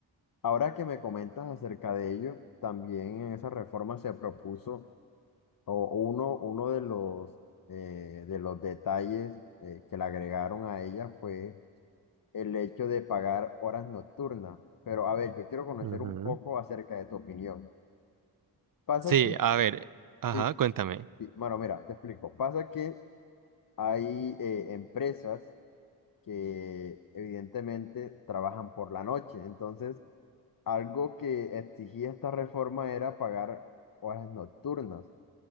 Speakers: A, on the left; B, on the right.
A: Ahora que me comentas acerca de ello, también en esa reforma se propuso o uno, uno de los, eh, de los detalles eh, que le agregaron a ella fue el hecho de pagar horas nocturnas. Pero a ver, yo quiero conocer
B: Ujú.
A: un poco acerca de tu opinión. Pasa
B: Sí,
A: que...
B: a ver, ajá,
A: Sí,
B: cuéntame.
A: Y, Bueno, mira, te explico. Pasa que hay eh, empresas que evidentemente trabajan por la noche. Entonces, algo que exigía esta reforma era pagar horas nocturnas.